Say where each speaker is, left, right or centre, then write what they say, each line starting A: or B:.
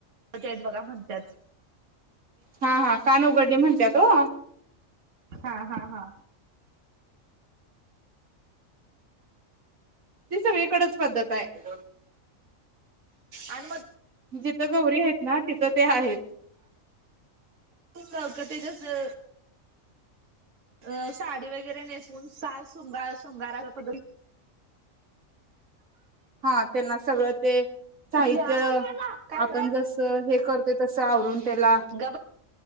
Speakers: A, on the right; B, on the right.
A: <unintelligible> बघा म्हणत्यात.
B: हा हा कान उघडणी म्हणत्यात ओ.
A: हा हा हा.
B: ती सगळीकडेच पद्धत आहे
A: आणि म
B: जिथं गौरी आहेत ना तिथं ते आहेत.
A: <unintelligible> ते जसं अं साडी वैगरे नेसून शाल शृंगार शृंगाराच्या <unintelligible>
B: हा तेना सगळं ते
A: कुठल्या
B: साहित्य
A: काय
B: आपण जसं हे करतोय तसं आवरून त्याला
A: गब